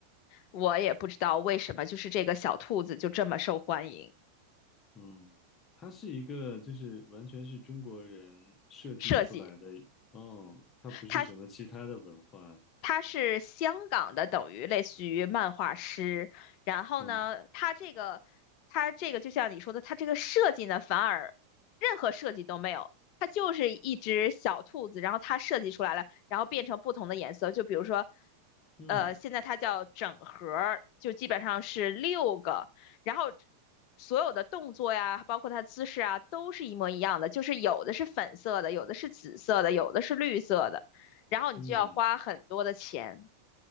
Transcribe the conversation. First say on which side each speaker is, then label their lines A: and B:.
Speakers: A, on the left (about 45°); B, on the left (about 25°).
A: 我也不知道为什么，就是这个小兔子就这么受欢迎。
B: 嗯，它是一个就是完全是中国人设计出来的，
A: 设计，
B: 哦，它不是什么其他的文化
A: 它他是香港的，等于类似于漫画师。然后呢，
B: 啊，
A: 他这个他这个就像你说的，他这个设计呢，反而任何设计都没有，它就是一只小兔子，然后它设计出来了，然后变成不同的颜色。就比如说，
B: 嗯
A: 呃，现在它叫整盒儿，就基本上是六个，然后。所有的动作呀，包括它姿势啊，都是一模一样的，就是有的是粉色的，有的是紫色的，有的是绿色的。然后你就要花很多的钱，
B: 嗯